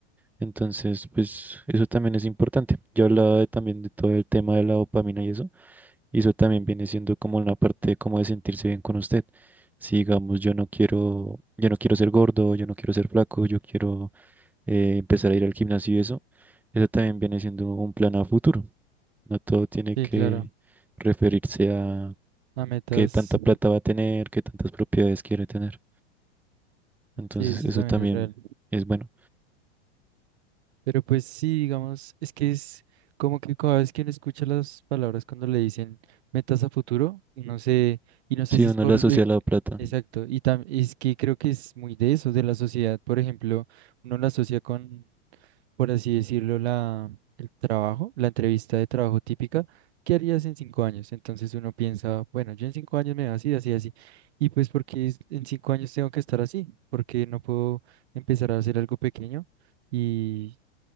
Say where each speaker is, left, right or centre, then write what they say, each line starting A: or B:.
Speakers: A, in the centre; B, on the right.
A: Entonces, pues eso también es importante. Yo hablaba de- también de todo el tema de la dopamina y eso, y eso también viene siendo como una parte como de sentirse bien con usted. Si digamos, yo no quiero, yo no quiero ser gordo, yo no quiero ser flaco, yo quiero eh, empezar a ir al gimnasio y eso, eso también viene siendo un plan a futuro. No todo tiene
B: Sí,
A: que
B: claro,
A: referirse a
B: a metas,
A: qué tanta plata va a tener, qué tantas propiedades quiere tener. Entonces,
B: sí, eso
A: eso
B: también
A: también
B: es real.
A: es bueno.
B: Pero pues sí, digamos, es que es como que cada vez que uno escucha las palabras cuando le dicen metas a futuro, no sé, y no sé
A: Si
B: si
A: uno
B: es por
A: le asocia
B: el...
A: a la plata.
B: Exacto, y tam- es que creo que es muy de eso, de la sociedad, por ejemplo uno la asocia con por así decirlo, la, el trabajo, la entrevista de trabajo típica, ¿qué harías en cinco años? Entonces uno piensa, bueno, yo en cinco años me veo así, así, así. Y pues porque en cinco años tengo que estar así, porque no puedo empezar a hacer algo pequeño y